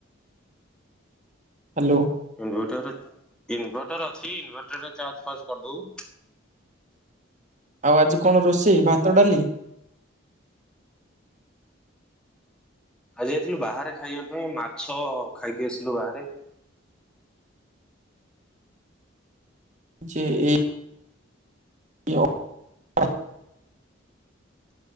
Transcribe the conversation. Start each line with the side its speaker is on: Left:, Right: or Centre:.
Right: ହ୍ୟାଲୋ
Centre: ଇନଭଟର ଇନଭଟର ଅଛି ଇନଭଟରରେ ଚାର୍ଜ ଫାରଜ କରିଦଉ।
Right: ଆଉ ଆଜି କଣ ରୋଷେଇ ଭାତ, ଡାଲି
Centre: ଆ ଯାଇଥିଲୁ ବାହାରେ ଖାଇବା ପାଇଁ ମାଛ ଖାଇକି ଆସିଲୁ ବାହାରେ।
Right: ଯେ ଏଇ <unintelligible>